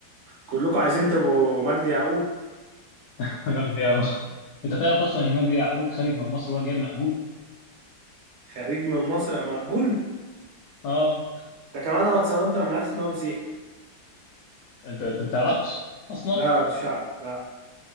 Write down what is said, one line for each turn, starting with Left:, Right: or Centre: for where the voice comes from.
Right: كلكم عايزين تبقوا مجدي يعقوب
Left: <laughs> مجدي يعقوب أنت تعرف أصلا إن مجدي يعقوب خارج من مصر وهو جايب مقبول؟
Right: خريج من مصر يا مقبول
Left: أه
Right: ده كمان انا اتصدمت لما عرفت ان هو مسيحي
Left: أنت أنت ما تعرفش أصلا؟
Right: لا كنت شعر لا